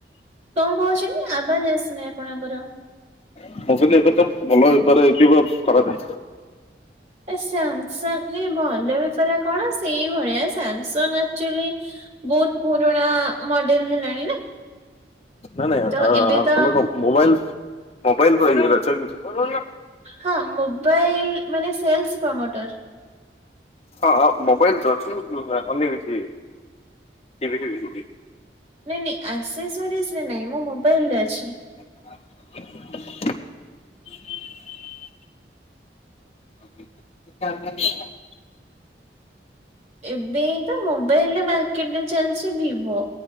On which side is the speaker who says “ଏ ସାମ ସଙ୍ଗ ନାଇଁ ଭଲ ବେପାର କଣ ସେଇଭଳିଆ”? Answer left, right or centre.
Right